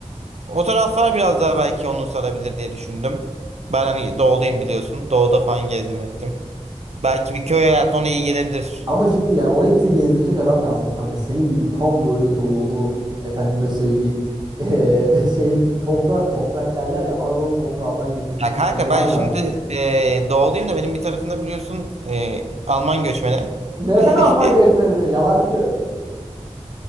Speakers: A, on the right (about 65°); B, on the right (about 35°).
A: o taraflar biraz daha belki onu sarabilir diye düşündüm. Ben hani doğudayım biliyorsun. Doğuda falan gezdim ettim. Belki bir köy hayatı ona iyi gelebilir.
B: Ama şimdi yani orayı bize gezdirecek adam lazım kanka. Senin gibi tam böyle doğulu efendime söyleyeyim. <laughs> eee, şey toprak toprak derler ya Anadolu toprağından yetişmiş
A: Ya kanka
B: bir eleman
A: ben şimdi
B: lazım.
A: e, doğuluyum da benim bir tarafımda biliyorsun e, Alman göçmeni.
B: Neren Alman
A: <laughs>
B: göçmeni de yalancı.